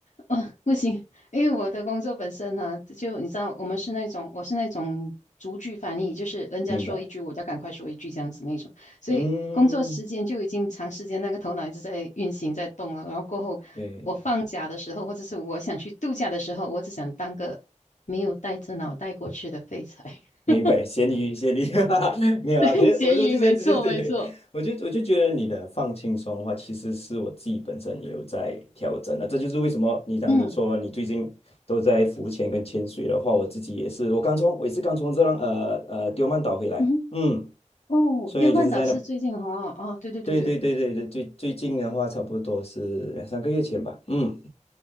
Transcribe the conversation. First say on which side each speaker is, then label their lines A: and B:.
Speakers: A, on the left (about 75°); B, on the left (about 55°).
A: 啊不行，因为我的工作本身呢，就你知道，我们是那种，我是那种逐句翻译，就是人家说一句，
B: 明白，
A: 我就赶快说一句这样子那种，所以工作时间就已经长时间那个头脑一直在运行在动了，
B: 嗯，
A: 然后过后我放假的时候，
B: 对，
A: 或者是我想去度假的时候，我只想当个没有带着脑袋过去的废柴。
B: 明白，
A: <laughs>
B: 咸鱼，咸鱼，<laughs> 哈哈没有啦。
A: 对，
B: 可是我就我就在这些，
A: 咸鱼，没错没错。
B: 对，我就我就觉得你的放轻松的话，其实是我自己本身也有在调整的。这就是为什么你当你说你最近都在浮潜跟潜水的话，
A: 嗯
B: 我自己也是，我刚从我也是刚从这浪呃呃丢曼岛回来，
A: 嗯哼
B: 嗯，
A: 哦，
B: 所以就是在那，
A: 电饭岛是最近哈、哦，哦对对对对，
B: 对对对对对，最最近的话，差不多是两三个月前吧，嗯，